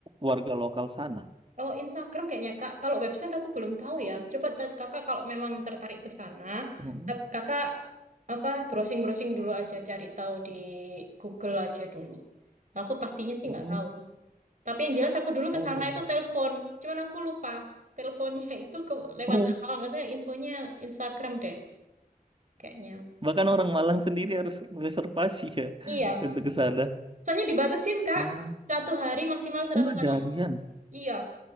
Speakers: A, on the right; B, on the right.
A: warga lokal sana.
B: Oh, Instagram kayaknya Kak. Kalau website aku belum tahu ya. Coba ta- Kakak kalau memang tertarik ke sana,
A: Hmm.
B: ta- Kakak apa browsing-browsing dulu aja, cari tahu di Google aja dulu. Aku pastinya sih
A: Hmm.
B: nggak tahu. Tapi yang jelas aku dulu
A: Oh.
B: ke sana
A: ba-
B: itu telepon. Cuman aku lupa teleponnya <laughs> itu ke, lewat
A: Oh.
B: kalau nggak saya infonya Instagram deh kayaknya.
A: Bahkan orang Malang sendiri harus reservasi ya <laughs>
B: Iya.
A: untuk ke sana.
B: Soalnya dibatasin Kak.
A: Ah.
B: Satu hari maksimal 100
A: Oh ada
B: orang.
A: harian.
B: Iya.